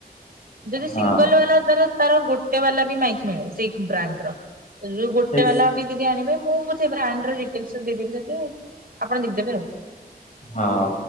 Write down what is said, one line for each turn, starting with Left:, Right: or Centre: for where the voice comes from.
Right: ଯଦି ସିଙ୍ଗଲ
Left: ହଁ
Right: ବାଲା ଦର ତାର ଗୋଟେ ବାଲା ବି ମାଇକ୍ ମିଳେ ସେଇ ବ୍ରାଣ୍ଡ ର। ରୁ ଗୋଟେ
Left: ସେ
Right: ବାଲା ବ ଯଦି ଆଣିବେ ମୁଁ ପଛେ ବ୍ରାଣ୍ଡ ର ଡିଟେଲସ ଦେଇଦେବି ତତେ ଆପଣ ଦେଖିଦେବେ ଆଉ।
Left: ହଁ,